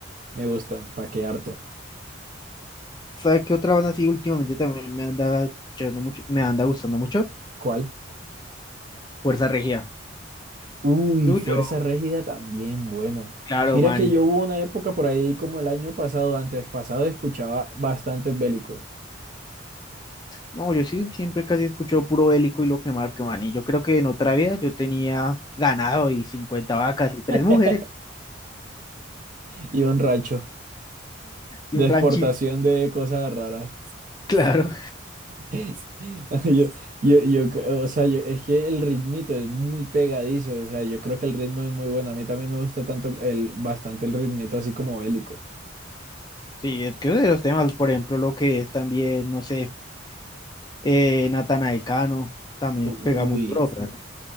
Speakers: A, on the right; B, on the left.
A: me gustan, pa' que harto.
B: ¿Sabes qué otra banda así últimamente también me anda escuchando mucho, me anda gustando mucho?
A: ¿Cuál?
B: Fuerza Regida.
A: Uy,
B: Yuyo,
A: Fuerza Régida también, bueno.
B: claro,
A: Mira
B: Manny.
A: que yo hubo una época por ahí como el año pasado, antes pasado, escuchaba bastantes bélicos.
B: No, yo sí siempre casi escucho puro bélico y lo que marque, Manny. Yo creo que en otra vida yo tenía ganado y 50 vacas y tres
A: <laughs>
B: mujeres
A: Y un racho de
B: y un
A: exportación
B: ranchito,
A: de cosas raras.
B: <laughs> claro.
A: <laughs> Yo, yo, yo, c- o sea, yo- es que el ritmito es muy pegadizo, o sea, yo creo que el ritmo es muy bueno. A mí también me gusta tanto el, bastante el ritmito así como bélico.
B: Sí, es que de los temas, por ejemplo, lo que es también, no sé, eh, Natanael Cano, también
A: U-
B: pega muy
A: Uy.
B: duro, pero